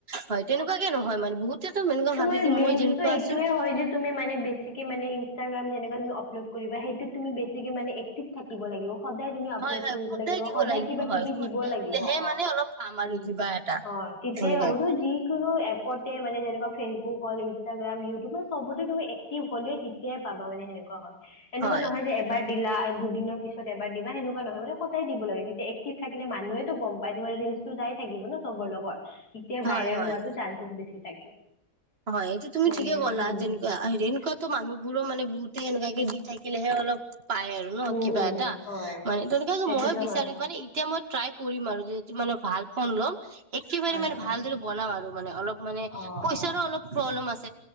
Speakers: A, on the right; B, on the left.
A: হয় তেনেকুৱাকে নহয় মানে বহুতেতো এনেকুৱা
B: তোমাৰ
A: ভাবে যে
B: মেইন
A: মই যেনেকুৱা
B: এইটোয়ে
A: আছো
B: হয় যে তুমি মানে বেছিকে মানে ইনষ্টাগ্ৰাম যেকুৱ তুমি আপলোড কৰিবা সেইটো তমি বেছিকে মানে এক্টভ থাকিব লাগিব সদায় তুমি আপলড
A: হয় হয়
B: কৰিব লাগিব,
A: দিব
B: সদায়
A: লাগিব
B: কিবা
A: হয়
B: কিবি
A: সদায়
B: দিবই লাগিব।
A: দিলেহে
B: অ,
A: মানে অলপ পাম আৰু
B: উ,
A: কিবা এটা
B: অ তেতিয়াই
A: সেনেকুৱাকে
B: হ'বতো যিকোনো এপতে মানে যেনেকুৱা ফেচবুক হল, ইনষ্টাগ্ৰাম ইউটিউবত চবতে তুমি এক্টিভ হলে, তেয়াই পাবা মানে সেনেুৱা হয়। এনেকুৱা
A: হয়
B: নহয় যে এবাৰ দিলা আৰু দুদিনৰ পিছত এবাৰ দা সেনেকুৱা নয় মানে সদায় দিব লাগে তেতিয়া এক্টিভ থাকে মানুহেটো গম পায় তোমাৰ থাকিব ন চবৰ লগত তে
A: হয়
B: ভাইল
A: হয়
B: হোৱাটো চানেছ বেছি থাকে
A: হয় এইটো তুমি
B: মানে
A: ঠিকে ক'লা
B: উম
A: যেনেকুৱা এনেকুৱাতো মানুহবোৰো মানে বহুত গ এনেকাই কেে দি থাকিলেহে অলপ পাই আৰু ন
B: উম
A: কিবা
B: উম
A: এটা
B: হয়
A: মানে তেনেকুৱা
B: সেইটোতো
A: ময়ো বিচাৰো
B: হয়
A: মানে এতিয়া মই ট্ৰাই কৰিম আৰু যিহেতু মানে ভাল ফোন লম একেবাৰে
B: আচ্ছা
A: মানে ভালদৰে বনাও আৰু মানে অলপ মানে
B: অ
A: পইচাৰো
B: অ
A: অলপ প্ৰব্লেম আছে <inaudible>